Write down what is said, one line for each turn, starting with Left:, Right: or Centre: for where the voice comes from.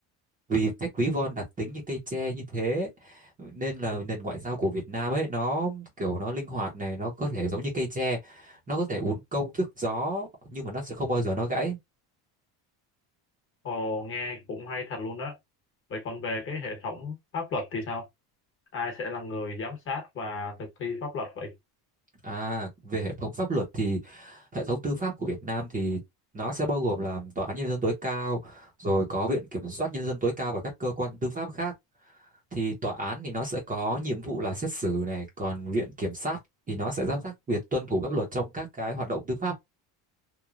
Right: vì cách ví von đặc tính như cây tre như thế nên là nền ngoại giao của Việt Nam ấy nó kiểu nó linh hoạt này nó có thể giống như cây tre nó có thể uốn cong thước gió nhưng mà nó sẽ không bao giờ nó gãy
Left: Ồ, nghe cũng hay thật luôn á. Vậy còn về cái hệ thống pháp luật thì sao? Ai sẽ là người giám sát và thực thi pháp luật vậy?
Right: à về hệ thống pháp luật thì hệ thống tư pháp của Việt Nam thì nó sẽ bao gồm là tòa án nhân dân tối cao rồi có viện kiểm soát nhân dân tối cao và các cơ quan tư pháp khác thì tòa án thì nó sẽ có nhiệm vụ là xét xử này còn viện kiểm sát thì nó sẽ giám sát việc tuân thủ pháp luật trong các cái hoạt động tư pháp